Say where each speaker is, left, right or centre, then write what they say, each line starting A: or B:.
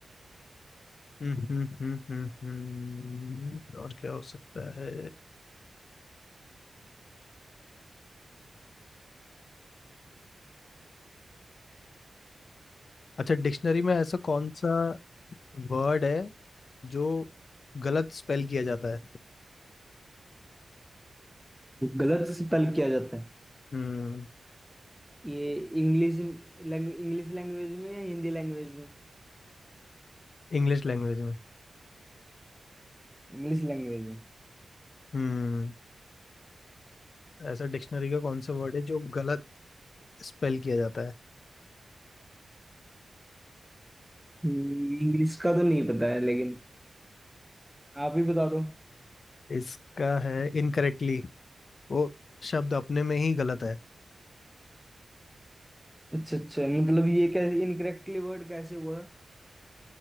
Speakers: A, on the left; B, in the centre.
A: हम्म हम्म हम्म हम्म, हम्म। और क्या हो सकता है अच्छा डिक्शनरी में ऐसा कौन सा वर्ड है जो गलत स्पेल किया जाता है
B: गलत से तलब किया जाता है
A: हम्म
B: ये इंग्लिश लैंग्वेज इंग्लिश लैंग्वेज में या हिंदी लैंग्वेज में
A: इंग्लिश लैंग्वेज में
B: इंग्लिश लैंग्वेज में
A: हम्म ऐसा डिक्शनरी का कौन सा वर्ड है जो गलत स्पेल किया जाता है
B: इंग्लिश का तो नहीं पता है लेकिन आप ही बता दो
A: इसका है इनकरेक्टली वो शब्द अपने में ही गलत है
B: अच्छा अच्छा मतलब ये कैसे इनकरेक्टली वर्ड कैसे हुआ